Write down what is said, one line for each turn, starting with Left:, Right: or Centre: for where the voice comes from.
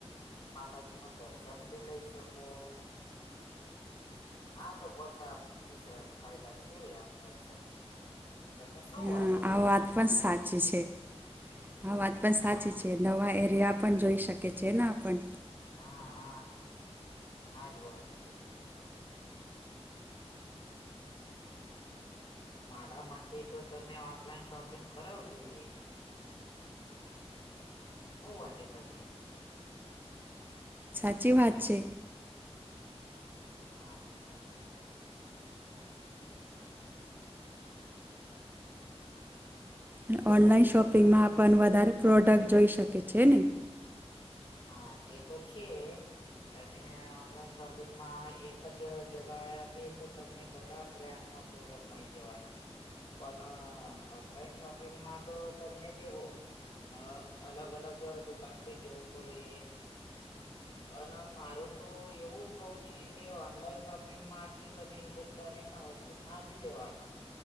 Left: માતાજી ન દર્શન ભી લઈ શકો આ તો બધા બસરા ફાયદા છે આપડા તમને શું
Right: હા
Left: વાટવાના
Right: આ વાત પણ સાચી છે આ વાત પણ સાચી
Left: હા
Right: છે નવા એરિયા પણ જોઈ શકે છે ને આપણ
Left: હા હા આજ વાત છે તો મારા માટે તો તમે ઓફલાઈન શોપિંગ કરાવું જોઈએ હું વાટે તમને
Right: સાચી વાત છે
Left: હા અચ્છા
Right: અને
Left: દેખો
Right: ઓઑનલાઈન શોપિંગમાં
Left: તમે
Right: પણ વધારે પ્રોડક્ટ જોઈ શકે છે ને
Left: હા તે તો છે તમે આ ઓનલાઈન શોપિંગમાં એક જ જગા એ આપી તો તમને બધા બ્રાન્ડ ના પ્રોડક્ટ મળી જવાના પણ આ ઓફલાઈન શોપિંગમાં તો તમને જેવો અ અલગ અલગ દુકાન પે જવું પડે અને મારું તો એવું કેવું છે કે ઓનલાઈન શોપિંગ માટે દરેક ના વસ્તુ નથી લેવાના